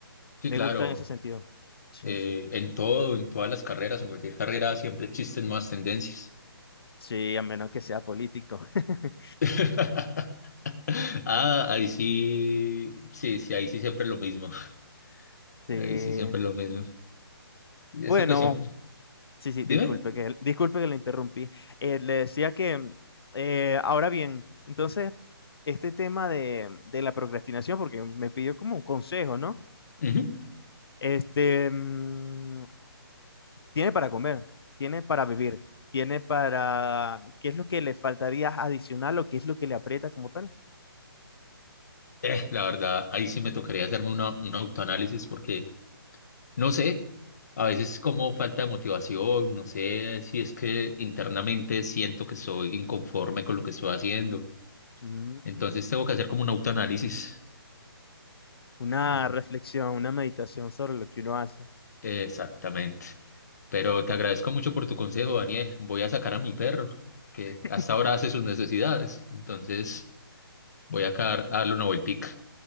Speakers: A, on the left; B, on the left.
A: Sí,
B: Me
A: claro.
B: gusta en ese sentido. Sí,
A: eh,
B: sí.
A: en todo, en todas las carreras, en cualquier carrera siempre existen nuevas tendencias.
B: Sí, a menos que sea político. <laughs>
A: <laughs> Ah, ahí sí, sí, sí, ahí sí siempre lo mismo. <laughs>
B: Sí.
A: Ahí sí siempre lo mismo. Y
B: Bueno,
A: Esa cuestión,
B: Sí, sí,
A: dime.
B: disculpe que, disculpe que le interrumpí. Eh, le decía que, mm, eh, ahora bien, entonces, este tema de, de la procrastinación, porque me pidió como un consejo, ¿no?
A: Ujú.
B: Este, mm, tiene para comer, tiene para vivir, tiene para, ¿qué es lo que le faltaría adicional o qué es lo que le aprieta como tal?
A: Eh, la verdad, ahí sí me tocaría hacerme una, un autoanálisis porque no sé, a veces como falta de motivación, no sé si es que internamente siento que soy inconforme con lo que estoy haciendo.
B: Mm,
A: Entonces tengo que hacer como un autoanálisis.
B: una
A: Ay.
B: reflexión, una meditación sobre lo que uno hace.
A: Exactamente. Pero te agradezco mucho por tu consejo, Daniel. Voy a sacar a mi perro, que
B: <laughs>
A: hasta ahora hace sus necesidades. Entonces, voy acá a darle una vueltica.